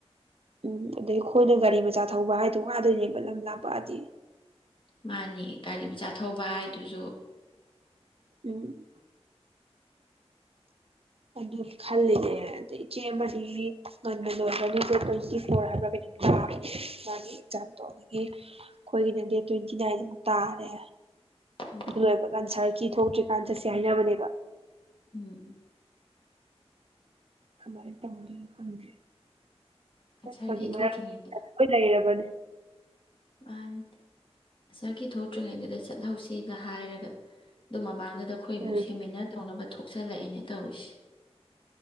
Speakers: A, on the right; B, on the left.
A: ꯎꯝ ꯑꯗꯩ ꯑꯩꯈꯣꯏꯅ ꯒꯥꯔꯤ ꯃꯆꯥ ꯊꯧꯕ ꯍꯥꯏꯗꯣ ꯋꯥꯗꯣꯏꯅꯦꯕ ꯂꯝ ꯂꯥꯞꯄꯑꯗꯤ
B: ꯃꯥꯅꯤ ꯒꯥꯔꯤ ꯃ ꯆꯥꯊꯧꯕ ꯍꯥꯏꯗꯨꯁꯨ
A: ꯎꯝ ꯑꯗꯨ ꯈꯜꯂꯤꯅꯦ ꯑꯗꯩ ꯏꯆꯦ ꯑꯃ ꯉꯟꯕ ꯂꯣꯏꯒꯅꯤ ꯗꯦꯠ ꯇ꯭ꯋꯦꯟꯇꯤ ꯐꯣꯔ ꯍꯥꯏꯕ꯭ꯔꯥ ꯀꯩꯅꯣꯝ ꯂꯥꯞꯄꯦ ꯃꯥꯒꯤ ꯑꯦꯛꯖꯥꯝꯗꯣ ꯑꯗꯒꯤ ꯑꯩꯈꯣꯏꯒꯤꯅ ꯗꯦꯠ ꯇ꯭ꯋꯦꯟꯇꯤ ꯅꯥꯏꯟ ꯑꯗꯨ ꯇꯥꯔꯦ
B: ꯎꯝ
A: ꯑꯗꯨ ꯂꯣꯏꯕ ꯀꯟꯁꯔꯒꯤ ꯊꯣꯛꯇ꯭ꯔꯤꯀꯥꯟ ꯆꯠꯁꯦ ꯍꯥꯏꯅꯕꯅꯦꯕ
B: ꯎꯝ ꯎꯝ
A: ꯀꯃꯥꯏꯅ ꯇꯧꯗꯣꯏꯅꯣ ꯈꯪꯗꯔꯤ ꯆꯠꯄꯒꯤ
B: ꯑꯟꯁꯔꯒꯤ
A: ꯃꯔ
B: ꯊꯣꯛꯇ꯭ꯔꯤꯉꯩꯗ
A: ꯂ ꯂꯩꯔꯕꯗꯤ
B: ꯑꯅꯤ ꯁꯥꯔꯒꯤ ꯊꯣꯛꯇ꯭ꯔꯤꯉꯩꯗꯨꯗ ꯆꯠꯍꯧꯁꯤꯅ ꯍꯥꯏꯔꯒ ꯑꯗꯨ ꯃꯃꯥꯡꯗ ꯗ ꯑꯩꯈꯣꯏ ꯑꯃꯨꯛ
A: ꯎꯝ
B: ꯁꯦꯃꯤꯟꯅꯔ ꯇꯧꯅꯕ ꯊꯣꯛꯆꯜꯂꯛꯑꯦꯅꯦ ꯇꯧꯔꯤꯁꯦ